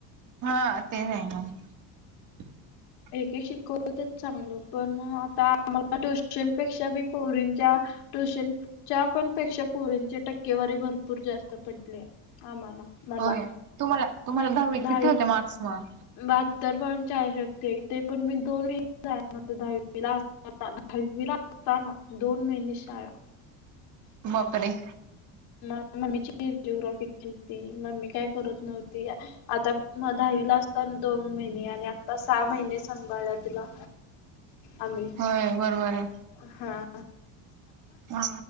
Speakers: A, on the right; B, on the left.
A: हा ते आहे मग <unintelligible>
B: एकेक शिकवतच चांगलं पण आता आम्हाला ट्युशन पेक्षा बी पोरींच्या ट्युशनच्या पण पेक्षा पोरींच्या टक्केवारी भरपूर जास्त पडली आम्हाला मला
A: होय तुम्हाला तुम्हाला दहावीत
B: दहावी
A: किती होते मार्क्स मग?
B: बहात्तर पॉईंट आहे शकते ते पण मी दोन दहावीला <unintelligible> दहावीला असताना दोन महिने शाळा
A: बापरे!
B: म मम्मीच अँजिओग्राफी केलती मम्मी काय करत नव्हती आता म दहावीला असता दोन महिने आणि आता सहा महिने सांभाळल्या तिला आम्ही
A: होय बरोबर आहे
B: हा
A: हा